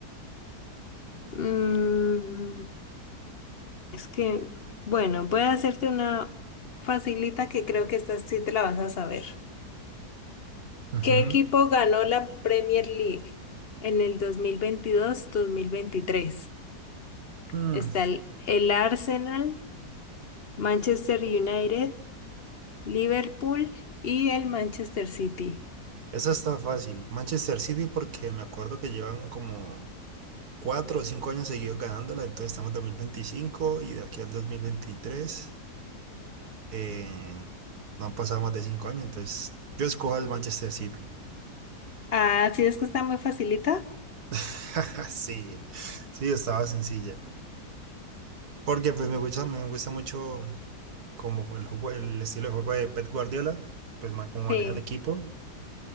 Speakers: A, on the left (about 40°); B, on the right (about 70°).
A: Mm, es que, bueno, voy a hacerte una facilita que creo que esta sí te la vas a saber.
B: Ujú.
A: ¿Qué equipo ganó la Premier League en el 2022-2023?
B: Mm,
A: Está el, el Arsenal, Manchester United, Liverpool y el Manchester City.
B: Esa está fácil. Manchester City porque me acuerdo que llevan como cuatro o cinco años seguidos ganándola, entonces estamos en 2025 y de aquí al 2023 eh, no han pasado más de cinco años, entonces yo escojo el Manchester City.
A: Ah, sí, es que está muy facilita.
B: <laughs> Sí, sí, estaba sencilla. Porque pues me gusta, me gusta mucho como el juego, el estilo de juego de Pep Guardiola, pues ma- cómo
A: Sí,
B: maneja el equipo